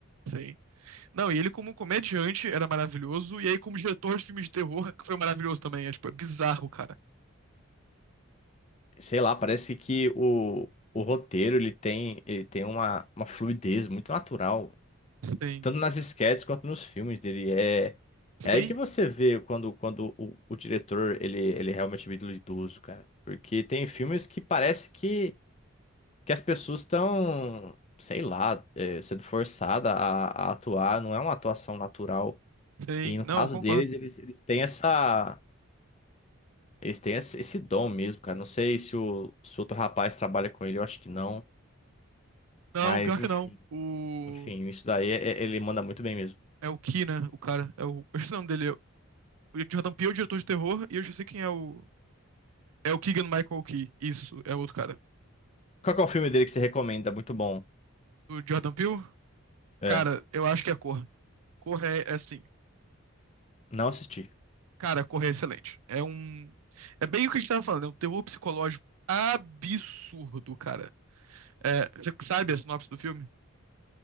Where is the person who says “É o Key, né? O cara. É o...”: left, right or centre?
Right